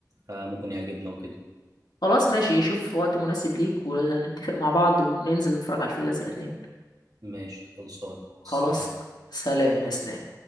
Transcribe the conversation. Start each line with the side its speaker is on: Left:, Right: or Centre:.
Right: آه، ممكن يعجبنا وكده
Left: خلاص ماشي شوف وقت مناسب ليك ونتفق مع بعض وننزل نتفرج على الفيل الأزرق اتنين
Right: ماشي خلصان
Left: خلاص
Right: سلام
Left: سلام يا سلام